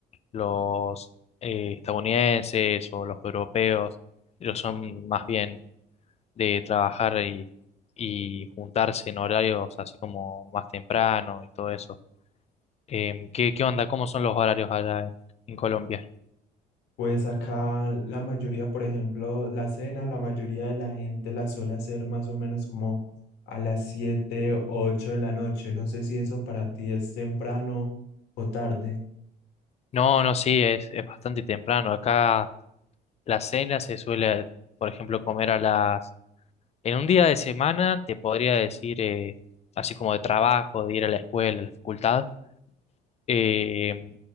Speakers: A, on the left; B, on the left.
A: los eh, estadounidenses o los europeos, ellos son más bien de trabajar y, y juntarse en horarios así como más temprano y todo eso. Em, ¿qué, qué onda? ¿Cómo son los horarios allá en en Colombia?
B: Pues acá la mayoría, por ejemplo, la cena, la mayoría de la gente la suele hacer más o menos como a las 7, 8 de la noche. No sé si eso para ti es temprano o tarde.
A: No, no, sí, es, es bastante temprano. Acá la cena se suele, por ejemplo, comer a las... En un día de semana, te podría decir, eh, así como de trabajo, de ir a la escuela, a la facultad, eh,